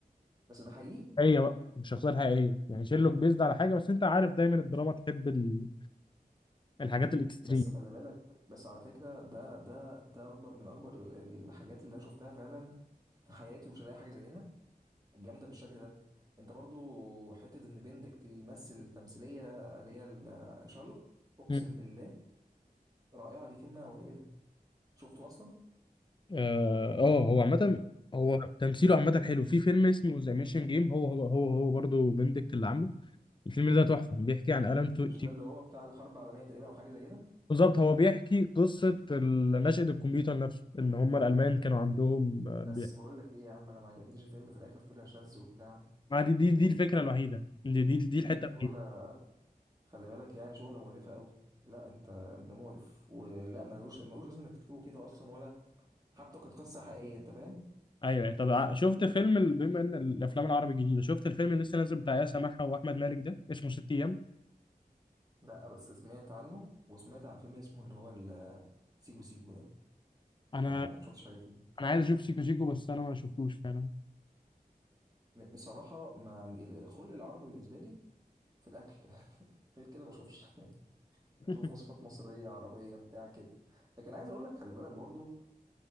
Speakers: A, on the right (about 25°); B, on the left (about 30°).
A: بس ده حقيقي
B: هي بقى مش شخصية حقيقية يعني شيرلوك بيزد على حاجة بس انت عارف دايما الدراما تحب ال... الحاجات الاكستريم
A: بس خلي بالك بس على فكره ده ده ده اكبر من اكبر الحاجات اللي انا شفتها فعلا في حياتي ومش هلاقي حاجه زيها جامده بالشكل ده انت برضو حته ان بندك تمثل تمثيليه اللي هي ال- شارلوك اقسم
B: مم.
A: بالله رائعه دي كلمه قليله شفته اصلا
B: اه آه، هو عامة هو تمثيله عامة حلو في فيلم اسمه ذا ميشن جيم هو هو هو هو برضه بندكت اللي عامله الفيلم ده تحفة بيحكي عن ألم تو...
A: مش
B: تي-
A: ده اللي هو بتاع الحرب العالميه تقريبا او حاجه زي كده
B: بالظبط هو بيحكي قصة ال- نشأة الكمبيوتر نفسه ان هم الألمان كانوا عندهم آه، بي...
A: بس بقول لك ايه يا عم انا ما عجبنيش الفيلم في الاخر طلع شاذ وبتاع
B: ما دي دي دي الفكرة الوحيدة دي دي, دي الحتة
A: دي شغله
B: الوحيدة
A: خلي بالك يعني شغله مقرفه قوي لا انت انت مقرف ولا ملوش ملوش لازم انك تكتبه كده اصلا ولا حتى لو كانت قصه حقيقيه انت فاهم
B: ايوه أيوة. طب ع- شفت فيلم ال- بما ان الافلام العربي الجديده شفت الفيلم اللي لسه نازل بتاع ياسر محا واحمد مالك ده اسمه ست ايام
A: لا بس سمعت عنه وسمعت عن فيلم اسمه اللي هو ال- سيكو سيكو ده
B: انا
A: ما ما شفتش حاجه فيه
B: انا عايز اشوف شيكو شيكو بس انا ما شفتوش فعلا
A: م- بصراحة ما عند- الخلق العربي بالنسبة لي في الأكل <laughs> غير كده ما أشوفش <laughs>
B: <laughs>
A: أشوف وصفات مصرية عربية بتاع كده لكن عايز أقول لك خلي بالك برضو